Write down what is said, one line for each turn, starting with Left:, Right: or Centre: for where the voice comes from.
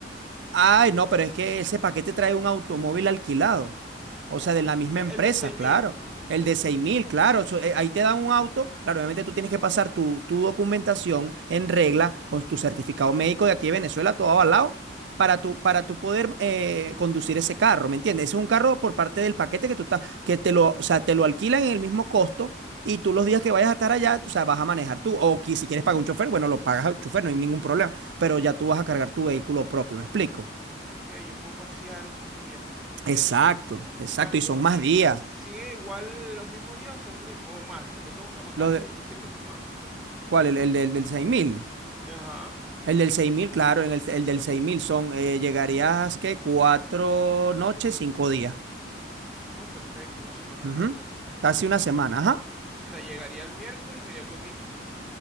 Right: Ay, no, pero es que ese paquete trae un automóvil alquilado. O
Centre: Oh,
Right: sea, de la misma
Centre: el
Right: empresa,
Centre: el de 6.000.
Right: claro. El de seis mil, claro. eso, eh, ahí te dan un auto. Claro, obviamente tú tienes que pasar tu, tu documentación en regla con tu certificado médico de aquí de Venezuela, todo avalado, para tu, para tu poder eh, conducir ese carro, ¿me entiendes? Ese es un carro por parte del paquete que tú estás, que te lo, o sea, te lo alquilan en el mismo costo. Y tú los días que vayas a estar allá, tú, o sea, vas a manejar tú. O que si quieres pagar un chofer, bueno, lo pagas al chofer, no hay ningún problema pero ya tú vas a cargar tu vehículo propio, ¿me explico?
Centre: Ok, yo puedo pasear esos días mientras me quede.
Right: Exacto, exacto.
Centre: Cancún
Right: Y son
Centre: sí
Right: más días.
Centre: sigue igual los mismos días o son di- o más. Me creo que me acabas
Right: Lo de-
Centre: de decir que son más.
Right: ¿cuál? El, el del, del seis mil,
Centre: Ajá.
Right: El del seis mil claro, en el, el del 6000 son, eh, llegarías, ¿qué? Cuatro noches, cinco días.
Centre: No, perfecto, una semana
Right: Ujú.
Centre: completa. O
Right: Casi una semana, ajá.
Centre: sea, llegaría el miércoles y me iría el domingo.